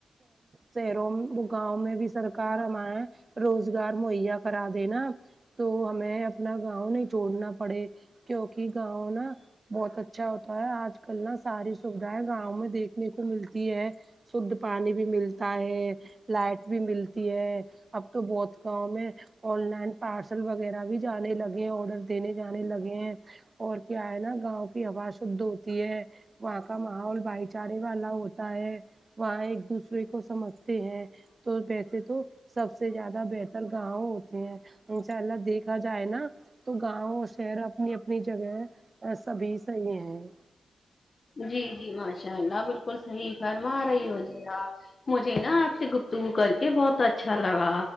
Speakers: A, on the right; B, on the left.
A: شہروں گاؤ میں بھی سرکار ہمارا روز رگار مہیا کرا دےینا تو ہمیں اپنا گاؤں نہیں چھڑنا پڑے کیوںکہ گاؤں نا بہت اچھا ہوتا ہے آج کل نا ساری سویدھائیں گاؤں میں دیکنے کو ملتی ہے شھ پانی بھی ملتا ہے لائٹ بھی ملتی ہے اب تو بہت گاؤں میں آن لائن پارسل وغیرہ بھی جانے لگے ہیں آڈر دینے جانے لگے ہیں اور کیا ہے نا گاؤں کی ہوا شدھ ہوتی ہے وہاں کا ماحول بھائی چارے والا ہوتا ہے وہاں ایک دوسرے کو سمجھتے ہیں تو ویسے تو سب سے زیادہ بتر ر گاؤ ہوتے ہیں ان شاء اللہ دیکھا جائے نا تو گاؤں اور شہر اپنی اپنی جگہ سبھی صحیح ہیں
B: جی جی ماشاء اللہ بالکل صحیح فرما رہی ہو جی آپ مجھے نا آپ سے گفتگو کر کے بہت اچھا لگا